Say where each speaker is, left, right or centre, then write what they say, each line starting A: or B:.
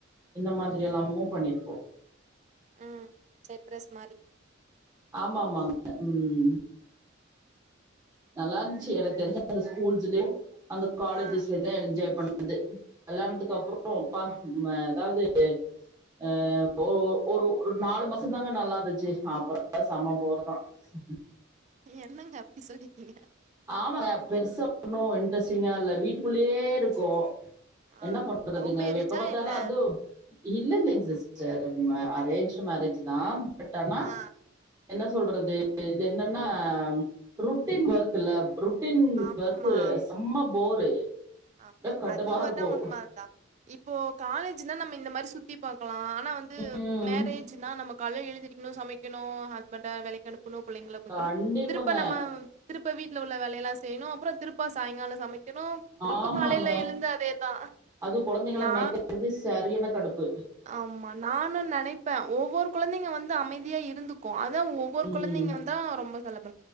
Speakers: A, on the right; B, on the right.
A: இந்த மாரி
B: ம்
A: எல்லாமும் பண்ணிரு
B: ம் செட் டிரஸ் மாரி
A: ஆமா ஆமாங்க, ம் நல்லா இருந்துச்சி எனக்கு தெரிஞ்ச அந்த ஸ்கூல்ஸ்லயு அந்த காலேஜஸ்ல
B: ஆ
A: ல்லா என்ஜாய் பண்ணது கல்யாணத்துக்கு அப்றோ அப்பா இவுங்க எதாவது அ ஒரு ஒரு ஒரு நாலு மாசம்தாங்க நல்லா இருந்துச்சி அப்பற எல்லா செம போர்தா சேரி
B: என்னங்க அப்படி சொல்லிட்டீங்க
A: ஆமா பெருசா ஒன்னு இன்ட்ரெஸ்டிங்கா இல்ல வீட்டுக்குள்ளேயே இருக்கு என்ன
B: ஆ
A: பண்றதுங்க
B: லவ் மேரேஜா
A: இவ எப்ப பாத்தாலு
B: என்ன
A: அதூ இல்லல்லைங்க சிஸ்டர் ம அரேஞ்ச் மேரேஜ் தா பட் ஆனா
B: ஆ
A: என்ன சொல்றது இது என்னன்னா ருட்டீன் ஒர்க்ல ரொட்டீன்
B: ஆமா
A: ஒர்க்கு செம்ம போரு
B: ஆமா
A: கடுப்பா
B: அது
A: இருக்கும்
B: ஒர்ணா உண்மதா இப்போ காலேஜ்னா நம்ம இந்த மாரி சுத் சுத்தி பாக்கலா ஆனா வந்து
A: உம்
B: மேரேஜ்னா நம்ம காலைல எழுந்திருக்கணு சமைக்கணு ஹஸ்பண்ட வேலைக்கு அனுப் வ்ளோ பிள்ளைங்கள பெக்கணு
A: கண்டிப்பாங்க
B: திருப்ப நம்ம திருப்ப வீட்ல உள்ள வேலையெல்லா செய்யணு அப்புறோ திருப்ப சாயங்காலோ சமைக்கணு திருப்ப
A: ஆமாங்க
B: காலைல விழுந்து அதேதா
A: அது கொழந்தைங்கள
B: நா
A: மேக்றது சரியான கடுப்பு
B: ஆமா நானு நெனைப்பே ஒவ்வொரு கொழந்தைங்க வந்து அமைதியா இருந்து கோ அதா ஒவ்வொரு
A: உம்
B: கொழந்தைங்களு தா ரொம்ப செலபர